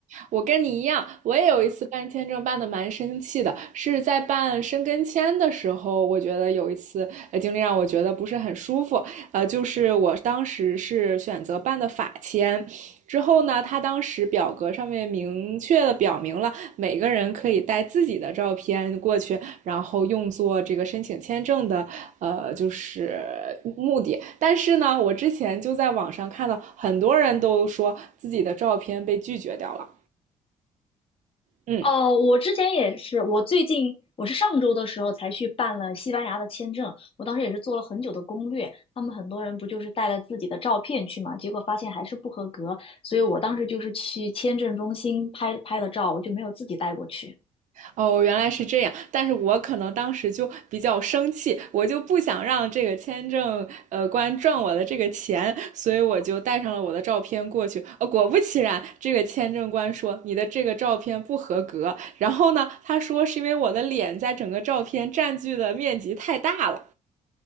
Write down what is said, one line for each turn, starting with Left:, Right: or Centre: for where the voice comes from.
Right: 我跟你一样，我也有一次办签证办的蛮生气的，是在办申根签的时候，我觉得有一次呃经历让我觉得不是很舒服，呃，就是我当时是选择办的法签。之后呢，他当时表格上面明确的表明了每个人可以带自己的照片过去，然后用作这个申请签证的呃就是目的。但是呢，我之前就在网上看到很多人都说自己的照片被拒绝掉了，嗯，
Left: 哦，我之前也是，我最近我是上周的时候才去办了西班牙的签证，我当时也是做了很久的攻略。他们很多人不就是带了自己的照片去嘛，结果发现还是不合格，所以我当时就是去签证中心拍拍的照，我就没有自己带过去。
Right: 哦，原来是这样，但是我可能当时就比较生气，我就不想让这个签证呃官赚我的这个钱，所以我就带上了我的照片过去。呃，果不其然，这个签证官说你的这个照片不合格，然后呢，他说是因为我的脸在整个照片占据的面积太大了，